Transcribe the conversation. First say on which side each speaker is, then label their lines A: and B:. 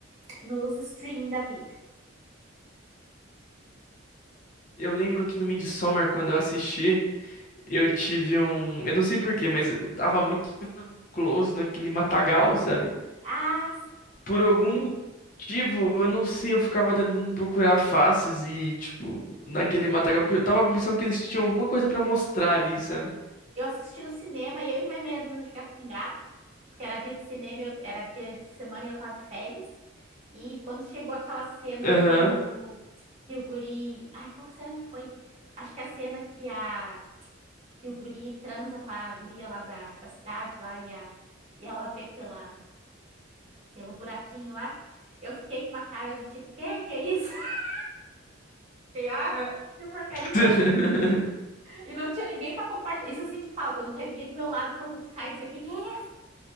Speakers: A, on the right; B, on the left.
A: nos streaming da vida.
B: Eu lembro que no Midsommar, quando eu assisti, eu tive um. Eu não sei por quê, mas eu dava muito close naquele matagal, sabe?
A: Ah,
B: Por algum motivo, eu não sei, eu ficava tentando procurar faces e, tipo, naquele matagal, porque eu tava pensando que eles tinham alguma coisa pra mostrar ali, sabe?
A: Eu assisti no cinema, eu e mais meia dúzia de gato pingado, porque era dia de cinema, eu- era dia de semana e eu tava de férias. E quando chegou aquela cena
B: Aham.
A: do que o guri, ai, qual que cena que foi? Acho que é a cena que a que o guri transa com a guria lá da, da cidade lá e, a, e ela vê pela pelo buraquinho lá. Eu fiquei com uma cara de tipo, que que é isso? <laughs> Fiquei, ah, que porcaria
B: <laughs>
A: é essa? E não tinha ninguém para compartilhar. Isso eu senti falta, não tinha ninguém do meu lado para eu cutucar e dizer que que é